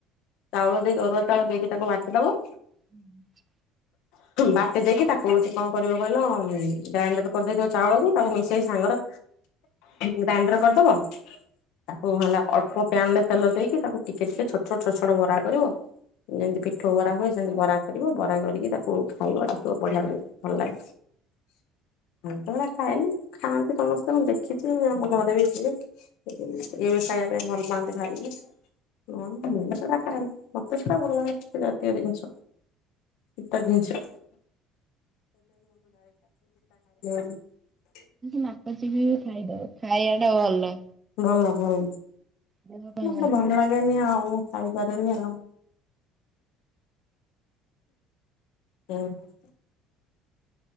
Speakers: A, on the left; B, on the right.
A: ଚାଉଳ ଦେଇକି ଅରୁଆ ଚାଉଳ ଦେଇକି ତାକୁ ମାଚିଦବ
B: ହଁ
A: ବାଟି ଦେଇକି ତାକୁଛି କଣ କରିବ କହିଲ ଗ୍ରାଇଣ୍ଡର ବି କରିଦେଇଥିବ ଚାଉଳକୁ ତାକୁ ସେଇ ସାଙ୍ଗର ଗ୍ରାଇଣ୍ଡର କରିଦବ ତାକୁ ହେଲା ଅ ହଁ ପ୍ୟାନରେ ତେଲ ଦେଇକି ତାକୁ ଟିକେ ଟିକେ ଛୋଟ ଛୋଟ ଛୋ ଛୋଟ ବରା କରିବ ଯେମିତି ପିଠଉ ବରା ହୁଏ ସେମିତି ବରା କରିବ ବରା କରିକି ତାକୁ ଖାଇବ ଦେଖିବ ବଢିଆ ଲାଗିବ ଭଲ ଲାଗିବ ମୁଁ ଖାଏନି ଖାଆନ୍ତି ସମସ୍ତେ ମୁଁ ଦେଖିଛି ଆମ ଘରେ ବି ଯିବେ ଇଏ ବି ଖାଇବେ ପାଇଁ ଭଲ ପାଆନ୍ତି ଭାଇ ହ ମୁଁ ଏତଟା ଖାଏନି ମୋତେ ସେୁଟା ଭଲ ଲାଗେ ଜାତୀୟ ଜିନିଷ ପିତା ଜିନିଷ <unintelligible>
B: ନାକଚିପି ବି ଖାଇଦଉ ଖାଇବା ଟା ଭଲ
A: ଭଲ ଭଲ
B: ଦେହ ପାଇଁ
A: ମୋତେ ଭଲ ଲାଗେନି ଆଉ ମୁଁ ଖାଇପାରୁନି ଆଉ ହୁଁ